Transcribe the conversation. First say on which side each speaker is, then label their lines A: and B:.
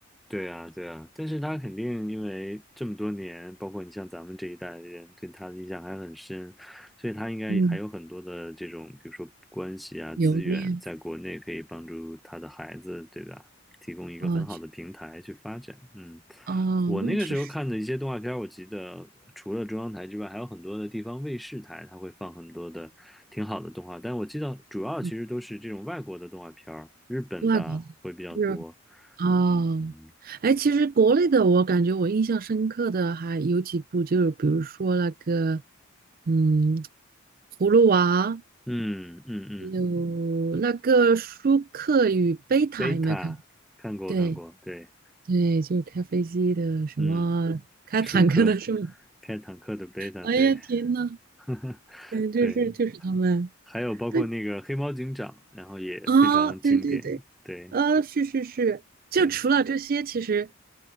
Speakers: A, in the centre; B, on the right (about 45°).
A: 对啊，对啊，但是他肯定因为这么多年，包括你像咱们这一代的人对他的印象还很深，所以他应该还有很多的这种，
B: 嗯，
A: 比如说关系啊、
B: 留恋，
A: 资源，在国内可以帮助他的孩子，对吧？提供一个很好的平台去发展。
B: 啊，去
A: 嗯，
B: 哦，
A: 我那个时候看的一些动画片儿，
B: 那确实，
A: 我记得除了中央台之外，还有很多的地方卫视台，它会放很多的挺好的动画，但我记得主要其实都是这种外国的动画片儿，
B: 嗯，
A: 日本的会比较多。
B: 外国的是哦，
A: 嗯，
B: 哎，其实国内的我感觉我印象深刻的还有几部，就是比如说那个，嗯，葫芦娃，
A: 嗯嗯嗯，
B: 有那个舒克与贝塔，
A: 贝塔看过看过，
B: 有没有看？对
A: 对，
B: 对，就是开飞机的，什么开坦克的是吗？
A: 嗯，舒克开坦克的贝塔，
B: 哎呀，
A: 对，
B: 天呐，
A: <laughs>
B: 对，就是就是他们。
A: 对，还有包括那个黑猫警长，
B: 对
A: 然后也非常经典，
B: 啊，对对对，
A: 对
B: 啊，是是是，就除了这些，
A: 对。
B: 其实